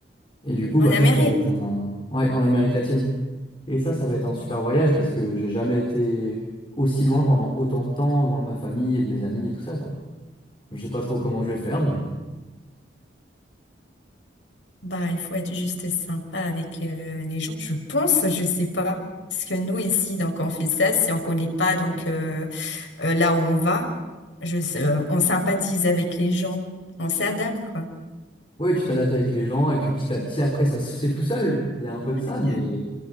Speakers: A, on the left; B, on the left.
A: Et du coup,
B: En
A: bah
B: Amérique,
A: ça, ça va être un... Ouais, en Amérique latine. Et ça, ça va être un super voyage, parce que j'ai jamais été aussi loin pendant autant de temps, loin de ma famille et de mes amis et tout ça, quoi. Je sais pas trop comment je vais faire, mais...
B: bah, il faut être juste sympa avec euh, les gens, je pense, je sais pas. Parce que nous, ici, donc, on fait ça si on connaît pas, donc, euh, euh, là où on va, je, sais- euh, on sympathise avec les gens, on s'adapte, quoi.
A: Ouais, tu t'adaptes avec les gens, et puis petit à petit, après, ça se fait tout seul. Il y a un
B: Vaya,
A: peu de ça, mais...